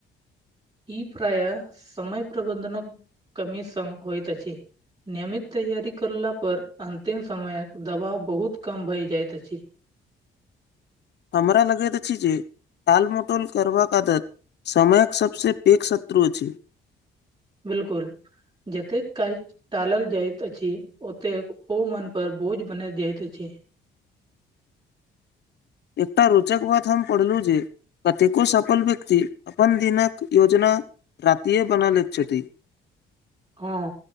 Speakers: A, on the right (about 20°); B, on the left (about 60°).
A: ई प्रायः समय प्रबन्धनक कमी संग होइत अछि। नियमित तैआारी करला पर अन्तिम समयक दबाव बहुत कम भए जाइत अछि।
B: हमरा लगैत अछि जे। तालमोटोल करबाक आदत समयक सबसँ पैघ शत्रु छै।
A: बिल्कुल जेतेक काज। टालल जाइत अछि ओतेक ओ मन पर बोझ बनल जाइत अछि।
B: एकटा रोचक बात हम पढ़लहुँ जे। कतेको सफल व्यक्ति अपन दिनक योजना रातिए बना लैत छथि।
A: हँ।